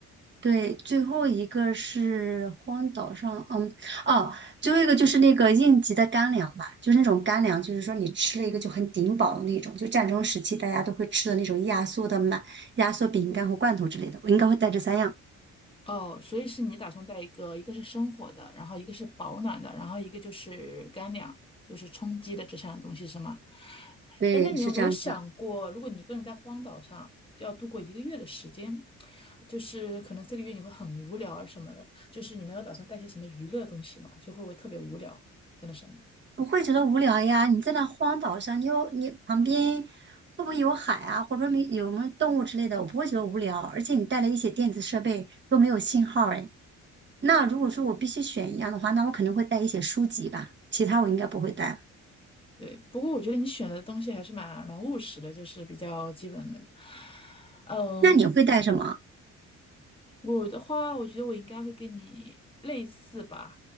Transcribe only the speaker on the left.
哦，所以是你打算带一个，一个是生火的，然后一个是保暖的，然后一个就是干粮，就是充饥的这三样东西是吗？
哎，那你有没有想过，
如果你一个人在荒岛上要度过一个月的时间，就是可能这个月你会很无聊啊什么的，就是你没有打算带些什么娱乐的东西嘛，就会不会特别无聊在那上面？
对，不过我觉得你选的东西还是蛮蛮务实的，就是比较基本的。嗯，
我的话，我觉得我应该会跟你类似吧，